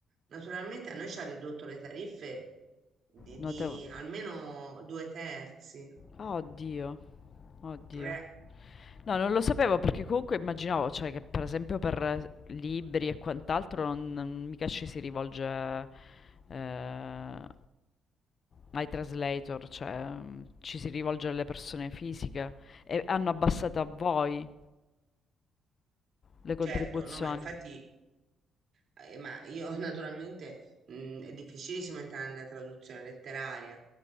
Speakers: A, on the right; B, on the left.
A: Naturalmente a noi ci ha ridotto le tariffe di,
B: notevo.
A: di almeno due terzi.
B: Ah, oddio, oddio.
A: Eh,
B: No, non lo sapevo perché comunque immaginavo, cioè, che per esempio per eh, libri e quant'altro non, non- mica ci si rivolge eh, ai translator, cioè mm, ci si rivolge alle persone fisiche e hanno abbassato a voi le contribuzioni.
A: Certo, no, ma infatti, eh, ma io <laughs> naturalmente mh, è difficilissimo entrare nella traduzione letteraria